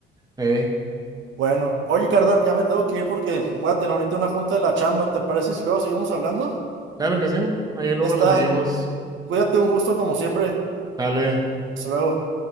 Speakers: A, on the right; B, on the right.
A: eh,
B: Bueno, oye, carnal, ya me tengo que ir porque voy a tener ahorita una junta de la chamba. ¿Te parece si luego seguimos hablando?
A: claro que sí, ahí luego
B: Ya está.
A: le seguimos.
B: Cuídate, un gusto como siempre.
A: Dale.
B: Hasta luego.